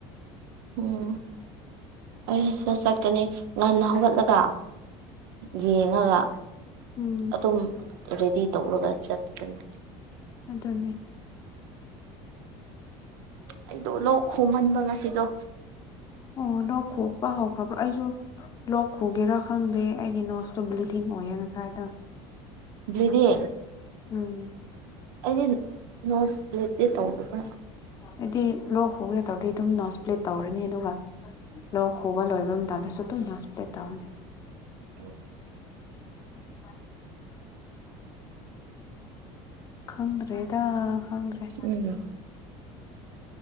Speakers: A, on the right (about 80°); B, on the left (about 30°).
A: ꯎꯝ ꯑꯩ ꯁꯠ ꯆꯠꯀꯅꯤ ꯉꯟꯅ ꯍꯧꯒꯠꯂꯒ ꯌꯦꯡꯉꯒ
B: ꯎꯝ
A: ꯑꯗꯨꯝ ꯔꯦꯗꯤ ꯇꯧꯂꯒ ꯆꯠꯀꯅꯤ
B: ꯑꯗꯨꯗꯅꯤ
A: ꯑꯩꯗꯣ ꯂꯣꯛ ꯈꯣꯝꯍꯟꯕ ꯉꯁꯤꯗꯣ
B: ꯑꯣ ꯂꯣꯛ ꯈꯨꯄ ꯍꯧꯈ꯭ꯔꯕꯥ ꯑꯩꯁꯨ ꯂꯣꯛ ꯈꯨꯒꯦꯔꯥ ꯈꯪꯗꯦ ꯑꯩꯒꯤꯅꯣ ꯕ꯭ꯂꯤꯗꯤꯡ ꯑꯣꯏꯌꯦ ꯉꯁꯥꯏꯅ
A: ꯭ꯂꯗꯤ
B: ꯎꯝ
A: ꯑꯗꯤ ꯅꯣꯁ ꯂꯩꯦꯇꯦ ꯇꯧꯗꯕ
B: ꯑꯩꯗꯤ ꯂꯣꯛ ꯍꯒꯦ ꯇꯧꯔꯗꯤ ꯑꯗꯨꯝ ꯅꯣ ꯏꯁꯄ꯭ꯂꯦꯠ ꯇꯧꯔꯅꯤ ꯑꯗꯨꯒ ꯂꯣꯛ ꯈꯨꯕ ꯂꯣꯏꯕ ꯃꯇꯝꯗꯁꯨ ꯅꯁ ꯄ꯭ꯔꯦ ꯇꯥ ꯍꯅꯦ
A: ꯎꯝ
B: ꯍ ꯈꯪꯗ꯭ꯔꯦꯗ ꯈꯪꯗ꯭ꯔꯦ
A: ꯎꯝ